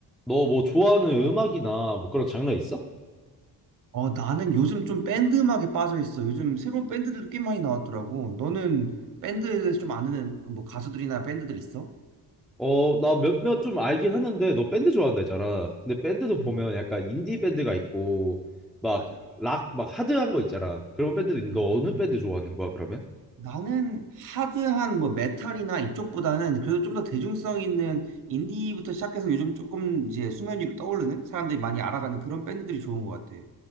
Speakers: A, in the centre; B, on the right.
A: 너 뭐 좋아하는 음악이나 뭐 그런 장르 있어?
B: 어, 나는 요즘 좀 밴드 음악에 빠져 있어. 요즘 새로운 밴드들도 꽤 많이 나왔더라고. 너는 밴드에 대해서 좀 아는 뭐 가수들이나 밴드들 있어?
A: 어, 나 몇몇 좀 알긴 하는데 너 밴드 좋아한다 했잖아. 근데 밴드도
B: 음,
A: 보면 약간 인디 밴드가 있고 막
B: 맞아.
A: 락, 막 하드한 거 있잖아. 그런 밴드도 있는데
B: 음,
A: 너
B: 음,
A: 어느
B: 음.
A: 밴드 좋아하는 거야, 그러면?
B: 나는 하드한 뭐 메탈이나 이쪽보다는 그래도 좀 더 대중성 있는 인디부터 시작해서 요즘 조금 이제 수면 위로 떠오르는 사람들이 많이 알아가는 그런 밴드들이 좋은 것 같아.